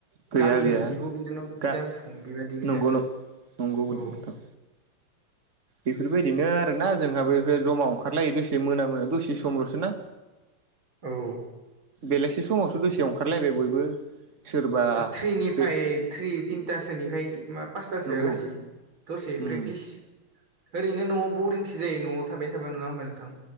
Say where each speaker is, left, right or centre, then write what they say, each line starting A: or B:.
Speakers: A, on the right; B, on the right.
A: गैया
B: गामिनि
A: गैया
B: बिब' बिनानाव
A: गा
B: बिदा बिफं बिबादि गोजा
A: नंगौ नंगौ
B: औ।
A: नोंथां बेफोरबायदिनो आरो ना जोंहाबोफोर जमा ओंखारलायो दसे मोना दसे सम लसोना।
B: औ
A: बेलासि समावसो दसे ओंखारलायबाय बयबो। सोरबा
B: थ्रिनिफ्राय
A: बे
B: थ्रि तिनथासोनिफ्राय मा पासथासोआ
A: नंगौ
B: लासै दसे
A: उम
B: प्रेक्टिस ओरैनो न'आव बरिंसो जायो न'आव थाबाय थाबा नङा होमबा नोंथां।